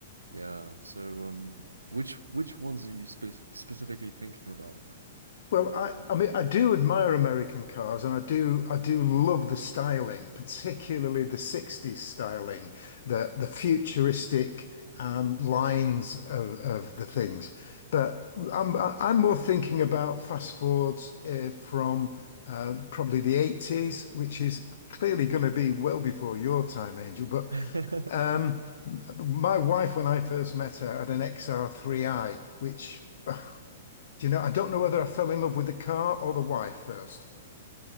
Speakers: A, on the right; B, on the left.
A: yeah. So, um, which which ones are you spe specifically thinking about?
B: Well,
A: Um,
B: I, I mean, I do admire American cars, and I do, I do love the styling, particularly the '60s styling, the the futuristic um, lines of, of the things. But I'm, I- I'm more thinking about fast forwards uh, from uh, probably the '80s, which is clearly going to be well before your time, Angel. But
A: <laughs> that
B: um, my wife, when I first met her, had an XR3i, which <laughs> Do you know, I don't know whether I fell in love with the car or the wife first.